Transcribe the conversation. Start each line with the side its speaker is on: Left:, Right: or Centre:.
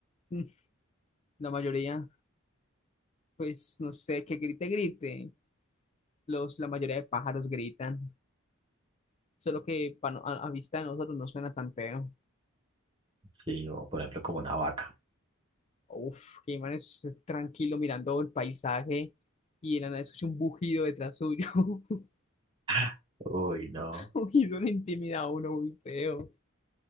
Left: mm, La mayoría, pues no sé, que grite, grite. Los, la mayoría de pájaros gritan. Solo que pa no- a, a vista de nosotros no suena tan feo.
Right: Sí, o por ejemplo como una vaca.
Left: Uf, que man es tranquilo mirando el paisaje y de la nada escucha un bujido detrás suyo. <laughs>
Right: <laughs> Uy, no,
Left: Uy, eso le intimida a uno muy feo.